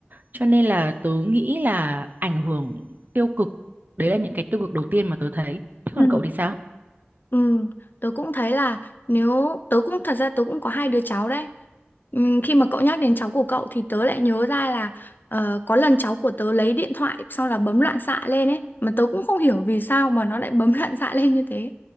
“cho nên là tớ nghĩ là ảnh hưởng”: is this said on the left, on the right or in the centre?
Right